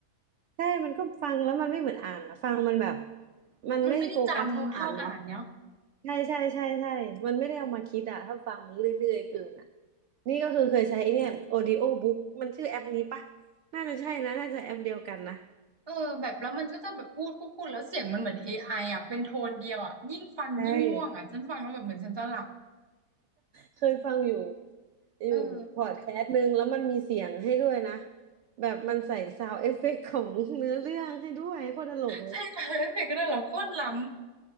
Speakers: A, on the right; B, on the right.
A: ใช่มันก็ฟังแล้วมันไม่เหมือนอ่านอ่ะฟังมันแบบมันไม่โฟกัสเท่าอ่านเนาะ
B: มันไม่ได้จำเท่าอ่านเนาะ
A: ใช่ใช่ใช่ใช่ มันไม่ได้เอามาคิดอะถ้าฟังมันเรื่อยๆเกินอะนี่ก็คือเคยใช้ไอ้เนี่ย Audio Book มันชื่อแอปนี้ปะน่าจะใช่นะ น่าจะแอปเดียวกันนะ
B: เออแบบแล้วมันก็จะแบบพูดพูดพูดแล้วเสียงมันเหมือน a ไออ่ะเป็นโทนเดียวอ่ะยิ่งฟังยิ่งง่วงอ่ะฉันฟังแล้วแบบเหมือนฉันจะหลับ
A: ใช่ เคยฟังอยู่อยู่พอดแคสต์หนึ่งแล้วมันมีเสียงให้ด้วยนะ
B: เออ
A: แบบมันใส่ซาว n d เอฟเฟกต์ของเนื้อเรื่องให้ด้วยโคตรตลกเลย
B: ใช่ <laughs> ใช่เด็กก็ได้เหรอโคตรล้ำ